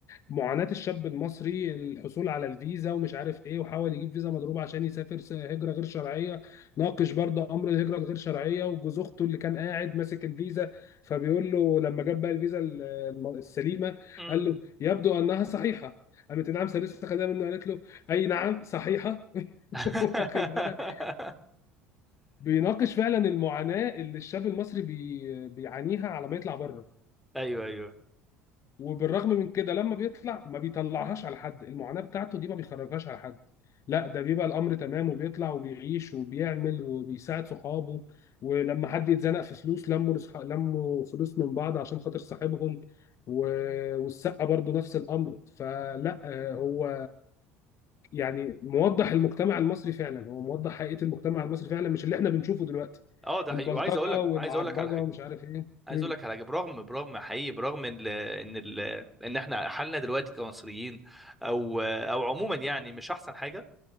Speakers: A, on the left; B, in the centre.
A: معاناة الشاب المصري الحصول على الفيزا ومش عارف ايه وحاول يجيب فيزا مضروبة عشان يسافر س- هجرة غير شرعية ناقش برضه امر الهجرة الغير شرعية وجوز اخته اللي كان قاعد ماسك الفيزا فبيقول له لما جاب بقى الفيزا ال- الم- السليمة
B: م-
A: قال له
B: م-
A: يبدو انها صحيحة قالت نعم سلسة خدها منه قالت له اي نعم صحيحة <laughs>
B: <laughs>
A: واخد بالك بيناقش فعلا المعاناة اللي الشاب المصري بي... بيعانيها على ما يطلع بره
B: ايوه ايوه
A: وبالرغم من كده لما بيطلع ما بيطلعهاش على حد المعاناة بتاعته دي ما بيخرجهاش على حد لا ده بيبقى الأمر تمام وبيطلع وبيعيش وبيعمل وبيساعد صحابه ولما حد يتزنق في فلوس لموا لصح- لموا فلوس من بعض عشان خاطر صاحبهم و... والسقة برضو نفس الأمر فلا آه، هو يعني موضح المجتمع المصري فعلا هو موضح حقيقة المجتمع المصري فعلا مش اللي احنا بنشوفه دلوقتي
B: اه ده حقيقي
A: البلطجة
B: وعايز اقول لك
A: والعربجة
B: عايز اقول لك على حاجه
A: ومش عارف ايه
B: عايز
A: مم.
B: اقول لك على حاجه برغم برغم حقيقي برغم ان ال ان ال ان احنا حالنا دلوقتي كمصريين او او عموما يعني مش احسن حاجه